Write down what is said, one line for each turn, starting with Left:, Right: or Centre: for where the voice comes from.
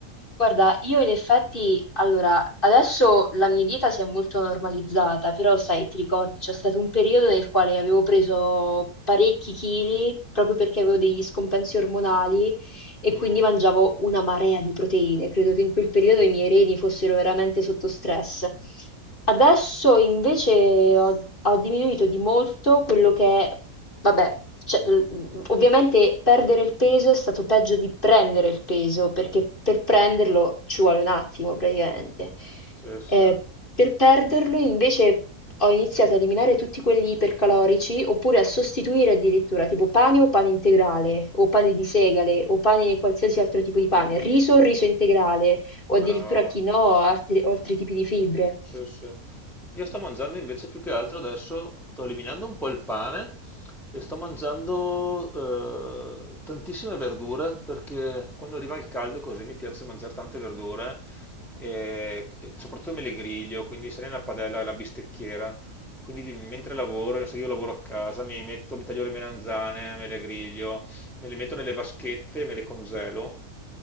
Left: Guarda, io in effetti, allora, adesso la mia dieta si è molto normalizzata, però sai, ti ricordi, c'è stato un periodo nel quale avevo preso parecchi chili proprio perché avevo degli scompensi ormonali e
Centre: Mm,
Left: quindi mangiavo una marea di proteine. Credo che in quel periodo i miei reni fossero veramente sotto stress. Adesso invece ho, ho diminuito di molto quello che è, vabbè, cioè, l- ovviamente perdere il peso è stato peggio di prendere il peso, perché per prenderlo ci vuole un attimo praticamente.
Centre: sì, sì.
Left: Ehm, per perderlo invece ho iniziato a eliminare tutti quelli ipercalorici, oppure a sostituire addirittura, tipo pane o pane integrale, o pane di segale, o pane qualsiasi altro tipo
Centre: Mm,
Left: di pane, riso o riso integrale, o addirittura
Centre: brava.
Left: quinoa o altri, o altri tipi di fibre.
Centre: Sì, sì. Io sto mangiando invece più che altro adesso, sto eliminando un po' il pane e sto mangiando eh, tantissime verdure perché quando arriva il caldo così mi piace mangiare tante verdure e, e soprattutto me le griglio, quindi se ne la padella e la bistecchiera. Quindi di- mentre lavoro, se io lavoro a casa, mi metto, mi taglio le melanzane, me le griglio, me le metto nelle vaschette, me le congelo